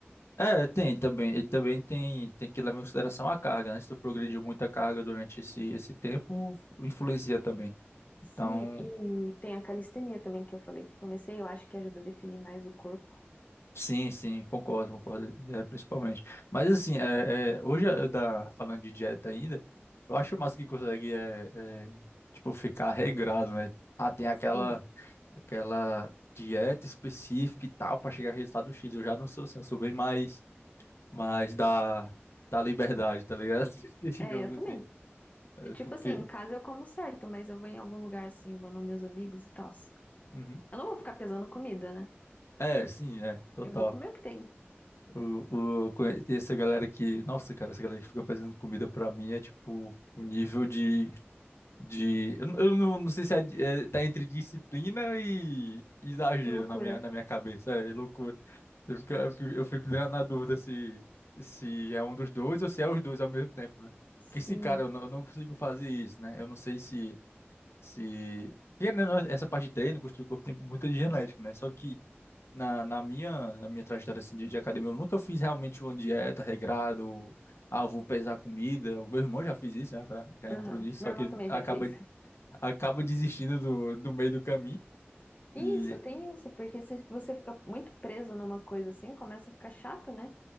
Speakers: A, on the left; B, on the left.
A: É, tem também. E também tem, tem que levar em consideração a carga, né? Se tu progrediu muita carga durante esse, esse tempo, influencia também.
B: Sim,
A: Então,
B: e tem a calistenia também que eu falei que comecei, eu acho que ajuda a definir mais o corpo.
A: sim, sim, concordo, concordo, é, principalmente. Mas assim, é, é, hoje, eu da, falando de dieta ainda, eu acho massa que consegue, é, é, tipo, ficar regrado, né? Ah, tem aquela,
B: Sim.
A: aquela dieta específica e tal para chegar a resultado X. Eu já não sou assim, eu sou bem mais. mas da, da liberdade, tá ligado? <laughs> Digamos
B: É, eu
A: assim.
B: também.
A: É
B: Tipo
A: porque.
B: assim, em casa eu como certo, mas eu vou em algum lugar assim, vou nos meus amigos e tal.
A: Uhum.
B: Eu não vou ficar pesando comida, né?
A: É, sim, é, total.
B: Eu vou comer o que tem.
A: O, o, conhe- e essa galera que. Nossa, cara, essa galera que fica fazendo comida pra mim é tipo o nível de. de eu, eu não, não sei se é, de- é, tá entre disciplina e exagero
B: Que loucura.
A: na minha, na minha cabeça. É loucura. Eu fico, eu fico eu fico na na dúvida se, se é um dos dois ou se é os dois ao mesmo tempo, né?
B: Sim.
A: Porque sim, cara, eu não, eu não consigo fazer isso, né? Eu não sei se. Se. Querendo, ou não, essa parte de treino, construir o corpo, tem muita de genética, né? Só que na, na minha, na minha trajetória assim, de, de academia, eu nunca fiz realmente uma dieta regrado. Ah, eu vou pesar comida. O meu irmão já fez isso, né? tá? Já
B: Aham.
A: entrou nisso,
B: Meu
A: só
B: irmão
A: que ele
B: também
A: acaba,
B: já fez.
A: acaba desistindo do, do meio do caminho.
B: Isso,
A: E.
B: tem isso, porque se você fica muito preso numa coisa assim, começa a ficar chato, né?